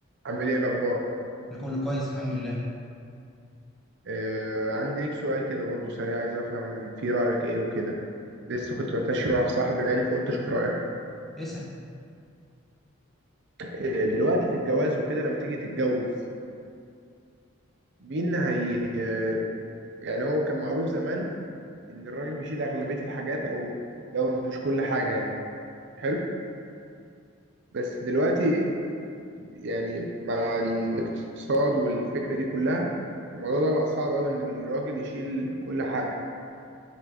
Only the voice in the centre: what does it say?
انا كله كويس الحمد لله
اسأل